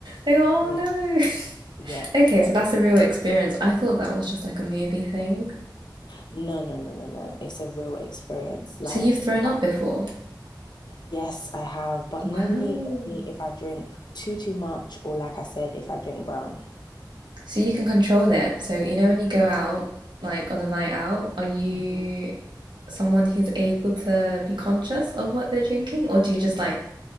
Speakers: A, on the right (about 80°); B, on the left (about 70°).
A: Like, oh
B: Yeah,
A: no.
B: yeah,
A: <laughs> Okay,
B: yeah.
A: so that's
B: yeah.
A: a real
B: yeah.
A: experience. I thought that was just like a movie thing.
B: No, no, no, no, no. It's a real experience. Like
A: So you've thrown
B: back
A: up before.
B: Yes, I have, but
A: Wow.
B: normally only if I drink too too much or like I said, if I drink brown.
A: So you can control it. So you know when you go out, like on a night out, are you
B: hmm
A: someone who's able to be conscious of what they're drinking, or do you just like,